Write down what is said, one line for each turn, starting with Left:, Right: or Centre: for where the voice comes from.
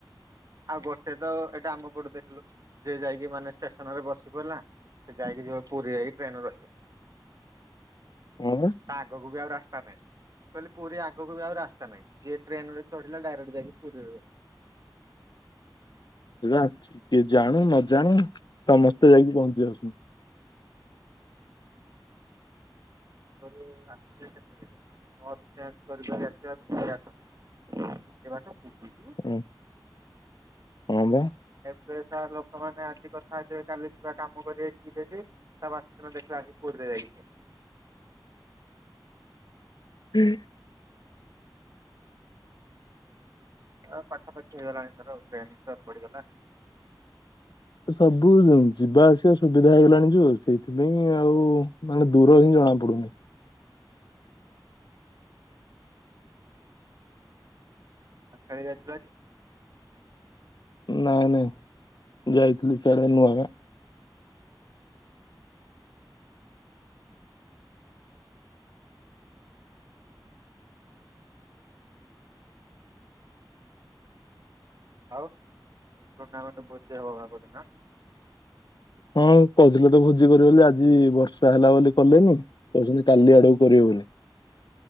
Right: ଆଉ ଗୋଟେ ତ ଏଇଟା ଆମ ପଟୁ ଦେଖିଲୁ ଯିଏ ଯାଇକି ମାନେ ଷ୍ଟେସନ ରେ ବସି ପଡ଼ିଲା। ସେ ଯାଇକି ଯିବ ପୁରୀ ଟ୍ରେନ ରହିବ।
Left: ହଁ
Right: ଆଗକୁ ବି ଆଉ ରାସ୍ତା ନାହିଁ। କହିଲେ ପୁରୀ ଆଗକୁ ବି ଆଉ ରାସ୍ତା ନାହିଁ ଯିଏ ଟ୍ରେନରେ ଚଢ଼ିଲା ଡାଇରେକ୍ଟ ଯାଇକି ପୁରୀରେ।
Left: ସେଟା କିଏ ଜାଣି ନଜାଣି ସମସ୍ତେ ଯାଇକି ପହଞ୍ଚି ଯାଉଛନ୍ତି।
Right: <unintelligible> ଏତେ ବାଟ ପୁରୀ ଯିବ।
Left: ହୁଁ ହଁ ବା।
Right: ଏବେ ସା ଲୋକମାନେ ଆଜି କଥା ହେଇଥିବେ କାଲି ଯିବା କାମ କରିବେ ଏଠି ସେଠି। ତା ବେଶିଦିନ ଦେଖିଲା ଆସିକି ପୁରୀରେ ଯାଇକି ଥିବେ।
Left: ହୁଁ
Right: ଆଉ ପାଖାପାଖି ହେଇଗଲାଣି <unintelligible> ପଡ଼ିଗଲା।
Left: ସବୁ ଯିବାଆସିବା ସୁବିଧା ହେଇଗଲାଣି ଯଉ ସେଇଥିପାଇଁ ଆଉ ମାନେ ଦୂର ହିଁ ଜଣା ପଡୁନି।
Right: ଆ ଖେଳି ଯାଇଥିଲା କି?
Left: ନାଇଁ ନାଇଁ ଯାଇଥିଲି ସେ ଆଡ଼େ ନୂଆଗାଁ।
Right: ଆଉ ଟୁର୍ଣ୍ଣାମେଣ୍ଟ୍ ଭୋଜି ହବ ପା କଉ ଦିନ?
Left: ହଁ କହୁଥିଲେ ତ ଭୋଜି କରିବେ ବୋଲି ଆଜି ବର୍ଷା ହେଲା ବୋଲି କଲେନି। କହୁଚନ୍ତି କାଲି ଆଡକୁ କରିବେ ବୋଲି।